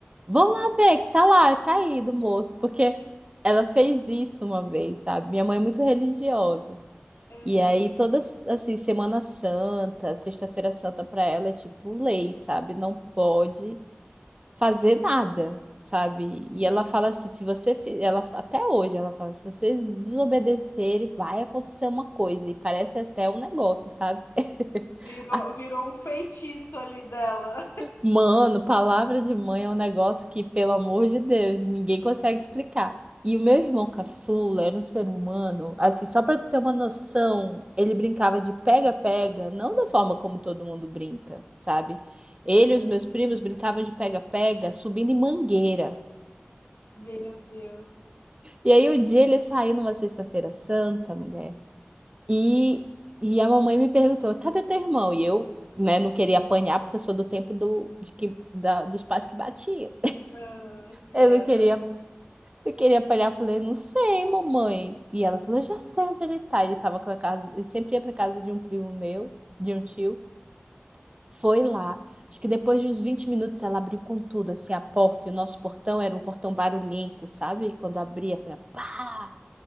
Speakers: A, on the right (about 25°); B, on the left (about 85°).
A: Vão lá ver que tá lá, caído, morto. Porque ela fez isso uma vez, sabe? Minha mãe é muito religiosa.
B: uhum,
A: E aí, toda, assim, Semana Santa, Sexta-feira Santa pra ela é tipo lei, sabe? Não pode fazer nada, sabe?
B: uhum.
A: E ela fala assim, se você... fi- Ela, até hoje ela fala, se vocês desobedecerem, vai acontecer uma coisa. E parece até um negócio, sabe? <laughs>
B: Virou,
A: A
B: virou um feitiço ali dela.
A: Mano, palavra de mãe é um negócio que, pelo amor de Deus, ninguém consegue explicar. E o meu irmão caçula era um ser humano, assim, só pra tu ter uma noção, ele brincava de pega-pega, não da forma como todo mundo brinca, sabe? Ele
B: Uhum.
A: e os meus primos brincavam de pega-pega subindo em mangueira.
B: Meu Deus.
A: E aí um dia ele saiu numa sexta-feira santa, mulher, e, e a mamãe me perguntou: cadê teu irmão? E eu, né, não queria apanhar porque eu sou do tempo do, de que, da- dos pais que batiam.
B: Uhum, sim,
A: Eu
B: é,
A: não queria,
B: tá
A: eu queria apanhar, eu falei, não sei, mamãe. E ela falou, eu já sei onde ele tá. Ele tava com a casa, ele sempre ia pra casa de um primo meu, de um tio. Foi lá. Acho que depois de uns 20 minutos ela abriu com tudo, assim, a porta. E o nosso portão era um portão barulhento, sabe? Quando abria, foi pá!